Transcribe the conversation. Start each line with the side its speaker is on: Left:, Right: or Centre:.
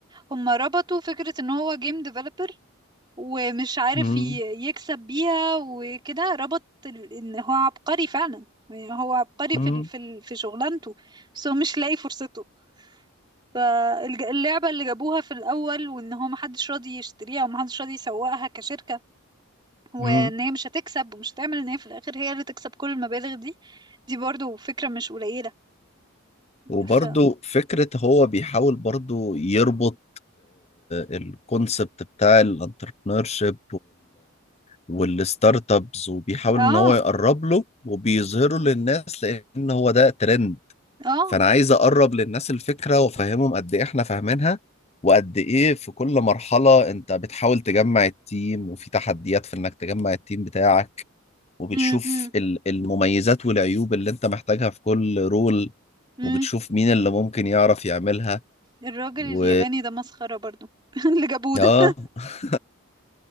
Right: هم ربطوا فكرة ان هو جيم ديفلوبر ومش عارف
Left: مم،
Right: ي- يكسب بيها وكده ربط ال- ان هو عبقري فعلا يعني هو عبقري
Left: مم،
Right: في ال- في ال- في شغلانته بس هو مش لاقي فرصته فاللعبة اللي جابوها في الأول وإن هو محدش راضي يشتريها ومحدش راضي يسوقها كشركة وان
Left: مم.
Right: هي مش هتكسب ومش هتعمل ان هي في الاخر هي اللي تكسب كل المبالغ دي دي برضو فكرة مش قليلة
Left: وبرضو
Right: ف
Left: فكرة هو بيحاول برضو يربط الكونسبت بتاع الانتربرنور شيب والستارت ابس وبيحاول
Right: اه
Left: ان هو يقرب له وبيظهره للناس لان هو ده ترند
Right: اه
Left: فانا عايز اقرب للناس الفكره وافهمهم قد ايه احنا فاهمينها وقد ايه في كل مرحله انت بتحاول تجمع التيم وفي تحديات في انك تجمع التيم بتاعك وبتشوف
Right: امم امم
Left: ال- المميزات والعيوب اللي انت محتاجها في كل رول
Right: أمم.
Left: وبتشوف مين اللي ممكن يعرف يعملها
Right: الراجل الياباني
Left: و
Right: ده مسخرة برضو <laughs> اللي جابوه ده
Left: اه <laughs>